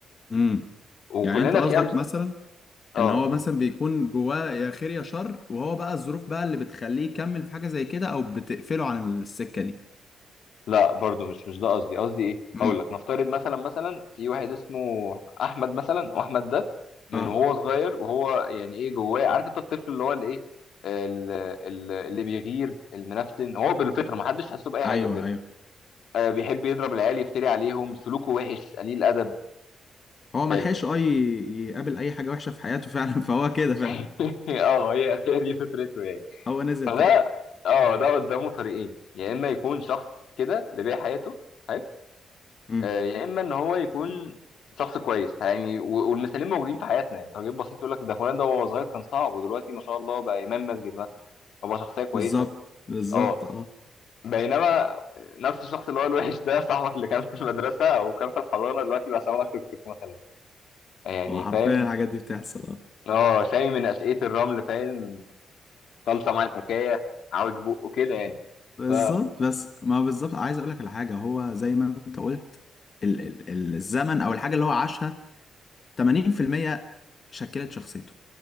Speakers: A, on the left; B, on the left.
A: امم
B: وكلنا
A: يعني أنت قصدك
B: في امثله
A: مثلا
B: <laughs> اه
A: ان هو
B: اتفضل
A: مثلا بيكون جواه يا خير يا شر وهو بقى الظروف بقى اللي بتخليه يكمل في حاجه زي كده او بتقفله عن السكه دي
B: لا برضه مش مش ده قصدي قصدي ايه
A: امم
B: هقول لك نفترض مثلا مثلا في واحد اسمه احمد مثلا واحمد ده من
A: اه
B: وهو صغير وهو يعني ايه جواه عارف انت الطفل اللي هو الايه ال- ال- اللي بيغير المنفسن هو بالفطره ما حدش حاسه باي
A: ايوه
B: حاجه بجد
A: ايوه
B: آه، بيحب يضرب العيال يفتري عليهم سلوكه وحش قليل ادب
A: هو ما
B: حلو
A: لحقش اه ي- يقابل اي حاجه وحشه في حياته فعلا <laughs> فهو كده فعلا
B: <laughs> اه هي هي دي فطرته يعني
A: هو نزل
B: فده
A: كده
B: اه ده قدامه طريقين يا اما يكون شخص كده اللي بيع حياته حلو
A: امم
B: آه، يا اما ان هو يكون شخص كويس يعني و- والمثالين موجودين في حياتنا يعني تجربة بسيط يقول لك ده فلان ده وهو صغير كان صعب ودلوقتي ما شاء الله بقى امام مسجد مثلا أو بقى شخصيه كويسه
A: بالظبط بالظبط
B: اه
A: اه
B: بينما نفس الشخص اللي هو الوحش ده صاحبك اللي كان في المدرسه او كان في الحضانه دلوقتي بقى سواق توك توك مثلا يعني
A: هو حرفيا
B: فاهم
A: الحاجات دي بتحصل اه
B: اه سامي من اسئله الرمل فاهم خالصه مع الحكايه عوج بقه كده يعني
A: بالظبط
B: ف
A: بس ما بالظبط عايز اقول لك على حاجه هو زي ما انت قلت ال ال ال- الزمن او الحاجه اللي هو عاشها 80% شكلت شخصيته